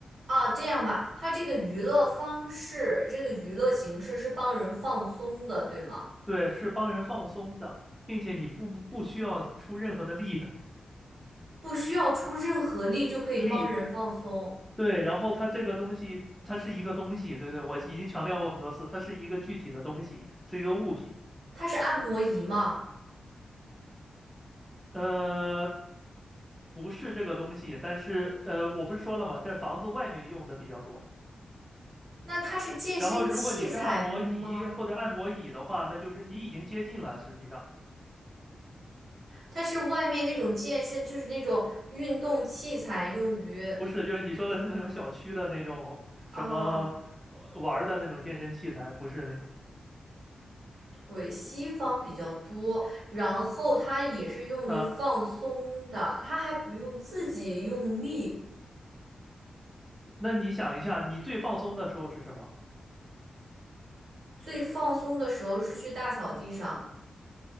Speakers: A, on the right (about 65°); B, in the centre.
A: 啊，这样吧，它这个娱乐方式，这个娱乐形式是帮人放松的，对吗？
B: 对，是帮人放松的，并且你不不需要出任何的力的
A: 不需要出任何力就可以帮人放松。
B: 力。对，然后它这个东西，它是一个东西，对对，我已经强调过很多次，它是一个具体的东西，是一个物品。
A: 它是按摩仪吗？
B: 呃，不是这个东西，但是呃，我不是说了吗？在房子外面用的比较多。
A: 那它是健身器材吗？
B: 然后，如果你是按摩仪或者按摩椅的话，那就是你已经接近了，实际上。
A: 它是外面那种健身，就是那种运动器材，用于
B: 不是，就是你说的是那种小区的那种什么呃玩儿的那种健身器材，
A: 啊，
B: 不是那个。
A: 腿。西方比较多。然后它也是用于放松的，
B: 那
A: 它还不用自己用力。
B: 那你想一下，你最放松的时候是什么？
A: 最放松的时候是去大草地上。